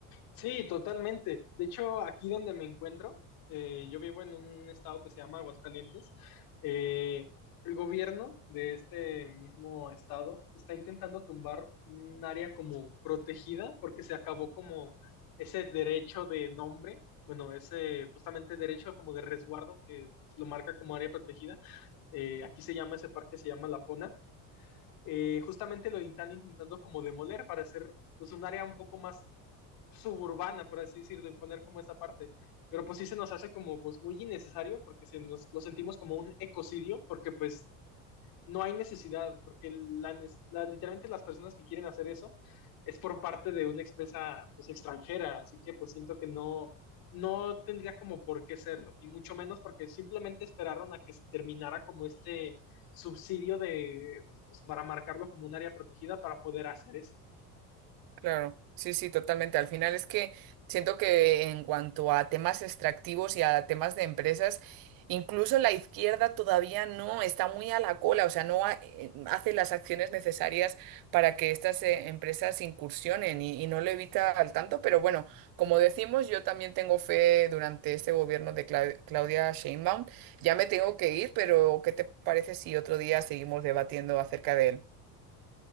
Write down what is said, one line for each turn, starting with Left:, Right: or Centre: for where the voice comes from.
Left: Sí, totalmente. De hecho, aquí donde me encuentro, eh, yo vivo en un estado que se llama Aguascalientes. eh, el gobierno de este mismo estado está intentando tumbar un área como protegida porque se acabó como ese derecho de nombre, bueno, ese justamente derecho como de resguardo que pues, lo marca como área protegida. Eh, aquí se llama ese parque, se llama La Pona eh, justamente lo están intentando como demoler para hacer pues, un área un poco más suburbana, por así decirlo, y poner como esta parte. Pero pues sí se nos hace como pues muy innecesario porque se nos, lo sentimos como un ecocidio porque pues no hay necesidad, porque la, la, literalmente las personas que quieren hacer eso es por parte de una expresa pues, extranjera, así que pues siento que no, no tendría como por qué serlo, y mucho menos porque simplemente esperaron a que se terminara como este subsidio de, pues, para marcarlo como un área protegida para poder hacer esto.
Right: Claro, sí, sí, totalmente. Al final es que siento que en cuanto a temas extractivos y a temas de empresas, incluso la izquierda todavía no está muy a la cola, o sea, no ha- eh, hace las acciones necesarias para que estas eh, empresas incursionen y, y no lo evita al tanto. Pero bueno, como decimos, yo también tengo fe durante este gobierno de Cla- Claudia Sheinbaum. Ya me tengo que ir, pero ¿qué te parece si otro día seguimos debatiendo acerca de él?